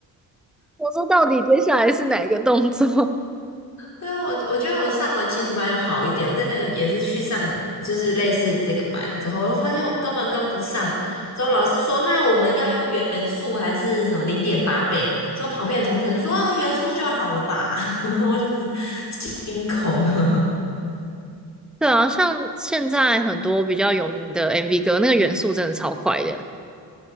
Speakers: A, in the centre; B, on the left.
A: 我说到底接下来是哪一个动作？
B: 对啊，我我觉得我上完基础班有好一点，我真的也是去上就是类似这个班之后，我发现我根本跟不上。之后老师说，那我们要用元素还是什么零点八倍？之后旁边的同学就说，哦元素就好了吧？<laughs> 我就是惊恐。<laughs>
A: <laughs> 对啊，像现在很多比较有名的 MV 歌，那个元素真的超快的。